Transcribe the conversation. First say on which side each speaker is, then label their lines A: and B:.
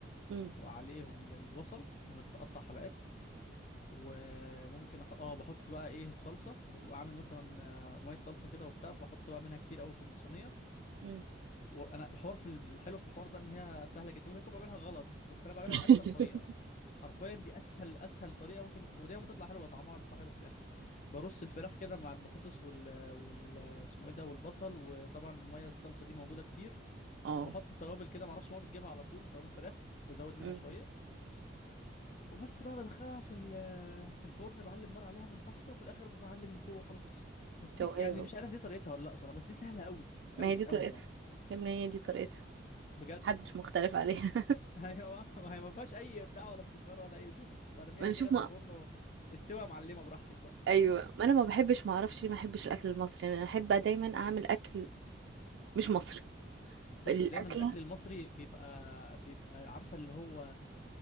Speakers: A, on the right; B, on the left.
A: امم
B: وعليهم البصل متقطع حلقات وممكن أح... اه بحط بقى ايه صلصة واعمل مثلا آه، مية صلصة كده وبتاع بحط بقى منها كتير قوي في الصينية
A: امم
B: وانا الحوار في ال- الحلو في الحوار ده ان هي سهلة جدا ممكن اكون بعملها غلط بس انا بعملها
A: <laughs>
B: بأسهل طريقة حرفيا دي اسهل اسهل طريقة ممكن ودايما بتطلع حلوة طعمها بيطلع حلو في الاخر برص الفراخ كده مع البطاطس وال, وال... اسمه ايه ده والبصل وطبعا المية الصلصة دي موجودة كتير
A: اه
B: وبحط توابل كده معرفش ما بتجيبها على طول توابل فراخ بزود منها
A: امم
B: شويه وبس بقى بدخلها في ال- آه، في الفرن بعلي النار عليها من تحت وفي الاخر بعلي من فوق وخلاص بس دي
A: شوقية
B: يعني
A: أهو.
B: مش عارف دي طريقتها ولا لا صراحه بس دي سهله قوي
A: ما
B: قوي
A: هي دي طريقتها
B: قوي يعني
A: يا ابني هي دي طريقتها
B: بجد
A: محدش مختلف عليها
B: <laughs> ايوه ما هي ما فيهاش اي ابداع ولا ابتكار ولا اي زفت برميها
A: <laughs> ما نشوف
B: كده في الفرن و... استوى يا معلمه براحتك بقى فاهمه
A: ايوه ما انا ما بحبش ما اعرفش ليه ما بحبش الاكل المصري يعني انا احب دايما اعمل اكل مش مصري
B: بص
A: ال...
B: دايما
A: أكلة
B: الاكل المصري بيبقى بيبقى عارفه اللي هو